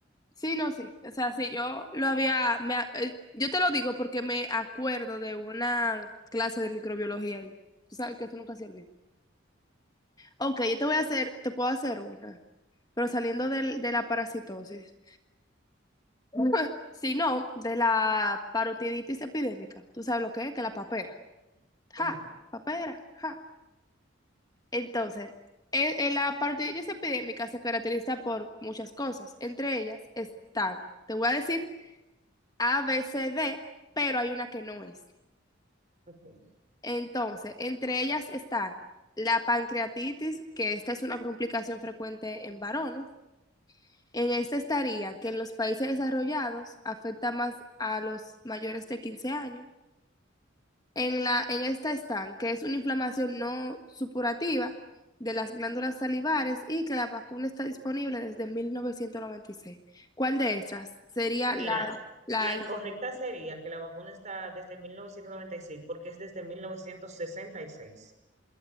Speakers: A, on the left; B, on the right.
A: Sí, no, sí. O sea, sí, yo lo había, me a- eh, yo te lo digo porque me acuerdo de una clase de microbiología ahí. Tú sabes que eso nunca se olvida. Ok, yo te voy a hacer, te puedo hacer una, pero saliendo del- de la parasitosis. <laughs> Si no, de la parotiditis epidémica. ¿Tú sabes lo que es? Que la papera. Ja,
B: Ajá.
A: papera, ja. Entonces, en- en la parotiditis epidémica se caracteriza por muchas cosas. Entre ellas están, te voy a decir A, B, C, D, pero hay una que no es.
B: ok.
A: Entonces, entre ellas están la pancreatitis, que esta es una complicación frecuente en varones. En esta estaría que en los países desarrollados afecta más a los mayores de 15 años. En la, en esta están que es una inflamación no supurativa de las glándulas salivares y que la vacuna está disponible desde 1996. ¿Cuál de estas sería
B: Mira,
A: la, la
B: la incorrecta
A: incorrecta?
B: sería que la vacuna está desde mil novecientos noventa y seis porque es desde 1966.